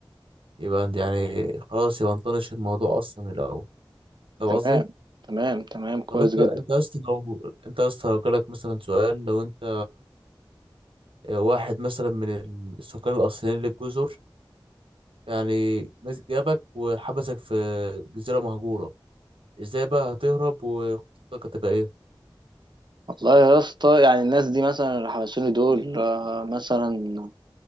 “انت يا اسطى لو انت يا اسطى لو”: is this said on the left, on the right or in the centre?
Right